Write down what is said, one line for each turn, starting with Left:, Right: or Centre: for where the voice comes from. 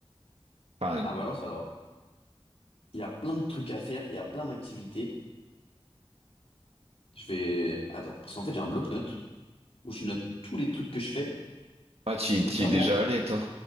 Right: Enfin,
Left: à Valence, alors, il y a plein de trucs à faire, il y a plein d'activités. Je vais, attends, parce qu'en fait, j'ai un bloc-notes où je note tous les trucs que je fais,
Right: ah, tu y
Left: notamment,
Right: tu y es déjà allé, toi?